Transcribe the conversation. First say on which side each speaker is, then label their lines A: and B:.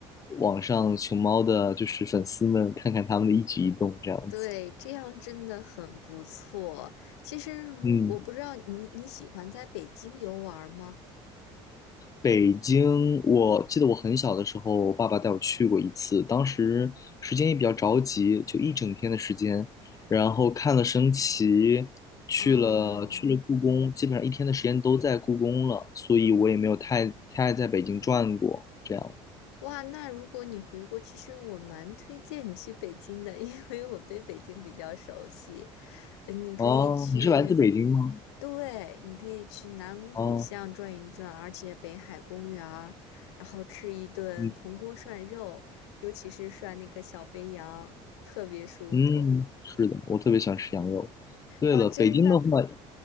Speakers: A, on the left; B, on the left.
A: 网上熊猫的就是粉丝们看看他们的一举一动这样子。
B: 对，这样真的很不错。其实如，
A: 嗯。
B: 我不知道你你喜欢在北京游玩吗？
A: 北京，我记得我很小的时候，我爸爸带我去过一次，当时时间也比较着急，就一整天的时间，然后看了升旗，去了去了故宫，
B: 哦，
A: 基本上一天的时间都在故宫了，所以我也没有太太在北京转过，这样。
B: 哇，那如果你回国，其实我蛮推荐你去北京的，<laughs> 因为我对北京比较熟悉。呃你可以去，
A: 哦，你是来自北京吗？
B: 对，你可以去南锣鼓巷转一转，
A: 哦，
B: 而且北海公园儿然后吃一顿铜锅涮肉，
A: 嗯
B: 尤其是涮那个小肥羊，特别舒服。
A: 嗯，是的，我特别喜欢吃羊肉。对了，
B: 哇，真的，
A: 北京的话，嗯